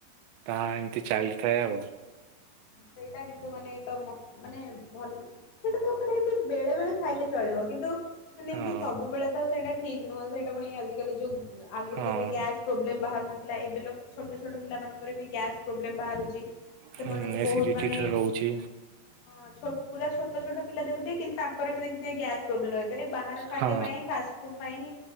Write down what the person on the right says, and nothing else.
ତାହା ଏମିତି ଚାଲିଥାଏ ଆଉ।
ହଁ।
ହଁ
ହୁଁ
ଏସିଡିଟି
ଟା ରହୁଛି
ହଁ